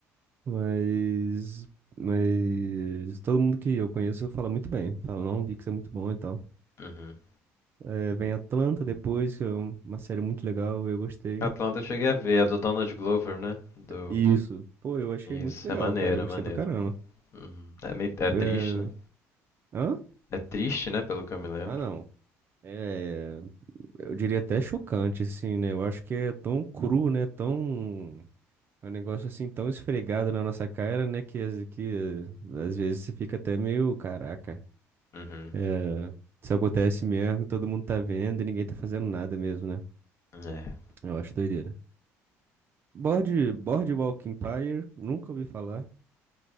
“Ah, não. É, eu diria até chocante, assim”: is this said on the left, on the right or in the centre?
Right